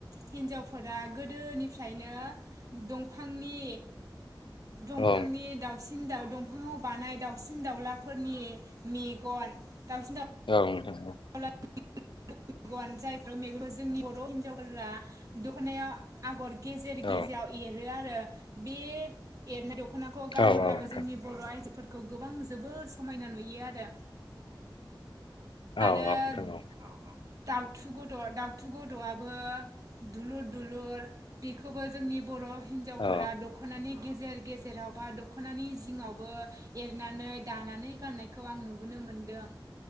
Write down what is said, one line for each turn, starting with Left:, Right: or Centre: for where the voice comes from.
Right: हिनजावफोरा गोदोनिफ्रायनो दंफा फांनि दंफांनि
Left: औ
Right: दाउसिन दाउदं <inaudible> बानाय दाावसिन दाउलाफोरनि मेगन दउसिन दा
Left: औ नोंथां
Right: <inaudible> मेगन जायफोराव मेगन जोंनि बर' हिन्जावफोरा दख'नायाव आगर गेजेर
Left: औ
Right: गेजेराव एरो आरो बे एरनाय द ख'नाखौ गानोब्लाबो
Left: औ औ नोंथां औ नोंथां औ नोंथां औ नोंथां औ नोंथां
Right: जोंनि बर' आइजोफोर खौ गोबां जोबोर समायना नुयो आरो।
Left: औ
Right: आरो
Left: औ <inaudible> औ।
Right: दाउथु गुद' दाउथु गद'आबो दुलुर दुलुर बेखौबो जोंनि बर' हिन्जावफोरा
Left: उम
Right: दख'नानि गेजेर गेजेराव बा दख'नानि जिङावबो एरनानै दानानै गाननायखौ आं नुबोनो मोनदों।